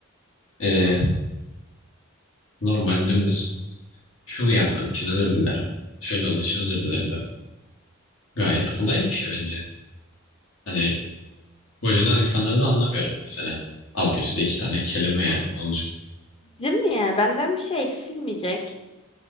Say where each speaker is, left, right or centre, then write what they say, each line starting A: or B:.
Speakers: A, on the left (about 70°); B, on the left (about 25°).
A: e, normal dümdüz şunu yaptığım için özür dilerim. Şöyle olduğu için özür dilerim demek. Gayet kolay bir şey bence. Hani gocunan insanları da anlamıyorum mesela. Alt üstte iki tane kelime ya olacak.
B: Değil mi ya? Benden bir şey eksilmeyecek.